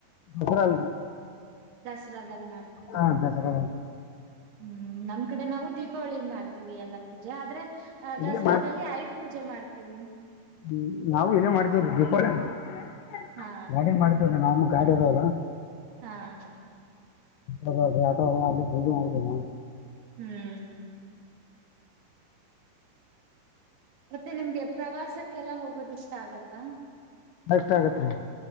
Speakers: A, on the left; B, on the right.
A: ದಸರಾಲ್
B: ದಸರಾದಲ್ಲಿ ಮಾಡ್ತೀರಾ
A: ಹಾ ದಸರ
B: ಹ್ಮ್ ನಮ್ ಕಡೆ ನಾವು ದೀಪಾವಳಿಗೆ ಮಾಡ್ತಿವಿ ಎಲ್ಲಾ ಪೂಜೆ ಆದ್ರೆ ಆ ದಸರಾದಲ್ಲಿ
A: ಇಲ್ಲಿ
B: ಆಯುರ್ ಪೂಜೆ ಮಾಡ್ತೀವಿ
A: ಹ್ಮ್ ನಾವವು ಇಲ್ಲೇ ಮಾಡ್ತೇವ್ರ ದೀಪಾವಳಿ
B: ಹಾ
A: ಮಾಡ್ತೇವ್ರ ನಾವು ಗಾಡಿ ಇರದ
B: ಹಾ ಹ
A: ಹೌ ಆ ಅಜ ಮಾಡಬೇಕ ನಾವು
B: ಹ್ಮ್ ಮತ್ತೆ ನಿಮ್ಗೆ ಪ್ರವಾಸಕ್ಕೆಲ್ಲ ಹೋಗೋದ ಇಷ್ಟ ಆಗತ್ತಾ
A: ಬೆಸ್ಟ್ ಆಗತ್ತೆ ರೀ